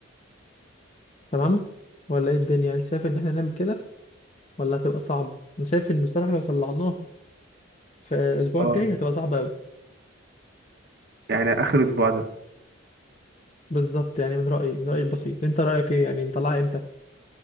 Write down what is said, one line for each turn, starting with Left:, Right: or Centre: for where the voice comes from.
Left: تمام ولا ايه الدنيا يعني انت شايف ان احنا نعمل كده ولا هتبقى صعبة انا شايف ان الصراحة لو طلعناها في الاسبوع
Right: اه
Left: الجاي هتبقى صعبة قوي
Right: يعني آخر أسبوع ده
Left: بالظبط يعني من رأيي من رأيي البسيط انت رأيك ايه يعني نطلعها امتى